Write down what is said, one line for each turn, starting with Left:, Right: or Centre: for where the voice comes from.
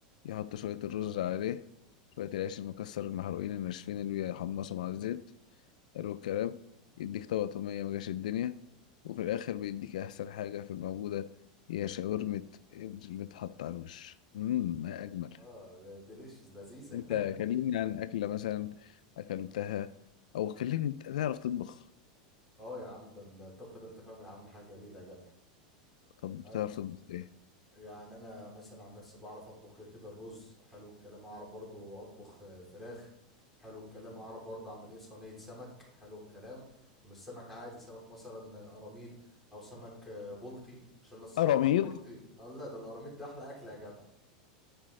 Left: يحط شوية الرز عليه شوية العيش المكسر المحروقين الناشفين اللي بيحمصوا مع الزيت حلو الكلام يديك طبق طومية مجاش الدنيا وفي الآخر بيديك أحسن حاجة في الموجودة هي شاورمة اللي بتحط على الوش مم ما أجمل
Centre: اه ديليشيز لذيذة
Left: أنت كلمني عن أكلة مثلا أكلتها أو كلمني أنت بتعرف تطبخ
Centre: <laughs> اه يا عم ده الطبخ ده انت فاهم يا عم حاجة جميلة يا جدع
Left: طب
Centre: انا
Left: بتعرف تطبخ إيه؟
Centre: يعني انا مثلا عن نفسي بعرف اطبخ كده الرز حلو الكلام اعرف برضو اطبخ آه، فراخ حلو الكلام اعرف برضو اعمل ايه صينية سمك حلو الكلام ومش سمك عادي سمك مثلا آه، قراميط او سمك آه، بلطي عشان الصراحة
Left: قراميط
Centre: من البلطي الله ده القراميط ده احلى اكل يا جدع